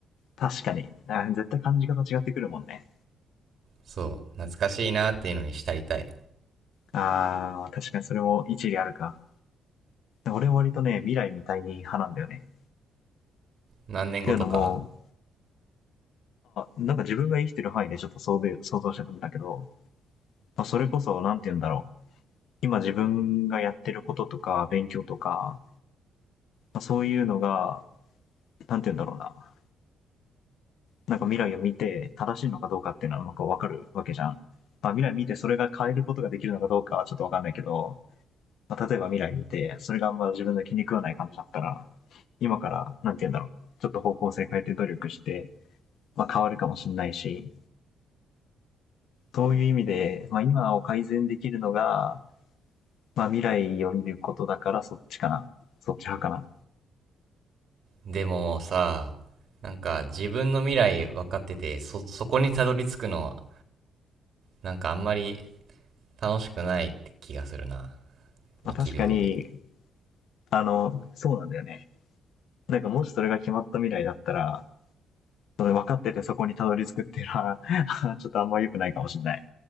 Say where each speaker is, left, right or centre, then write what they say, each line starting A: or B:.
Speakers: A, on the left; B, on the right.
A: 確かに。あ絶対感じ方違ってくるもんね。
B: そう、懐かしいなっていうのに浸りたい。
A: ああ、確かにそれも一理あるか。俺は割とね、未来みたい派なんだよね。っ
B: 何年後とか
A: ていうのも、なんか自分が生きてる範囲でちょっと想像想像してたんだけど、まあ、それこそ、なんて言うんだろう。今自分がやってることとか、勉強とか、まあ、そういうのが、なんて言うんだろうな。なんか未来を見て正しいのかどうかっていうのはなんかわかるわけじゃん。まあ未来見てそれが変えることができるのかどうかはちょっとわかんないけど、まあ、例えば未来見て、それがあんま自分の気に食わない感じだったら、今から、なんて言うんだろう、ちょっと方向性変えて努力して、まあ、変わるかもしれないし、そういう意味で、まあ、今を改善できるのが、まあ、未来を見ることだからそっちかな。そっち派かな。
B: でもさ、なんか自分の未来分かってて、そ、そこにたどり着くのは、なんかあんまり楽しくないって気がするな。
A: まあ、
B: 生きる上で。
A: 確かに、あの、そうなんだよね。なんかもしそれが決まった未来だったら、それ分かっててそこにたどり着くっていうのは、<laughs> ちょっとあんま良くないかもしれない。